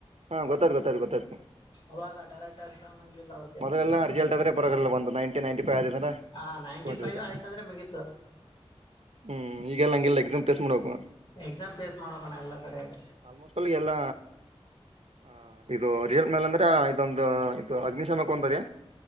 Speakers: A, on the right; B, on the left.
A: ಹಾ ಗೊತ್ತಾಯ್ತು ಗೊತ್ತಾಯ್ತು ಗೊತ್ತಾಯ್ತು
B: ಅವಾಗ ಡೈರೆಕ್ಟ್ ಎಕ್ಸಾಮ್ ಇರ್ಲಿಲ್ಲ ಅವ್ರಿಗೆ
A: ಮೊದಲೆಲ್ಲ ರಿಸಲ್ಟ್ ಆದ್ರೆ ಪರವಾಗಿಲ್ಲ ಒಂದು ನೈಟೀ ನೈನ್ಟ ಫೈ್ ಆದ್ರೆ
B: ಹಾ ನೈನ್ಟಿ
A: ತಗೋತಿದ್ರು
B: ಫೈವ್ ಆಯ್ತ ಅಂದ್ರೆ ಮುಗಿತು
A: ಹ್ಮ್ ಈಗೆಲ್ಲ ಹಂಗಿಲ್ಲ ಎಕ್ಸಾಮ್ ಫೇಸ್ ಮಾಡಬೇಕು
B: ಎಕ್ಸಾಮ್ ಪೇಸ್ ಮಾಡಬೇಕಣ್ಣ ಎಲ್ಲಾ ಕಡೆ ಇಗ
A: ಆಲ್ಮೋಸ್ಟ್ ಅಲ್ಲಿ ಎಲ್ಲ ಹ ಇದು ರಿಯಲ್ ಮೇಲ್ ಅಂದ್ರೆ ಇದೊಂದು ಇದು ಅಗ್ನಿಶಾಮಕ ಒಂದ್ ಅದೇ